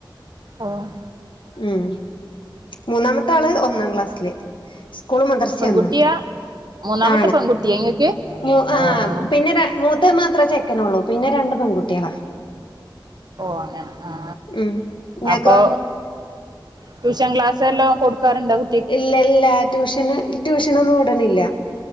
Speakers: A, on the right; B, on the left.
A: ആഹ്
B: ഉം മൂന്നാമത്തെ ആള് ഒന്നാം ക്ലാസ്സില് സ്കൂളും മദർസ്യാ
A: പെൺകുട്ടിയാ
B: ന്ന്
A: മൂന്നാമത്തെ
B: ആ
A: പെൺകുട്ടിയാ ഇങ്ങക്ക്
B: ണ് ആ
A: ആഹ്
B: പിന്നെ ര മൂത്ത ത് മാത്രേ ചെക്കനൊള്ളൂ പിന്നെ രണ്ട് പെൺകുട്ട്യാളാ
A: ഓ അങ്ങനെ ആ
B: ഉം ഇങ്ങക്കോ
A: അപ്പൊ ട്യൂഷൻ ക്ലാസെല്ലാം കൊടുക്കാ റുണ്ടോ കു
B: ഇല്ല ഇല്ല ട്യൂഷന് ട്യൂഷനൊന്നും വിട്ണില്ല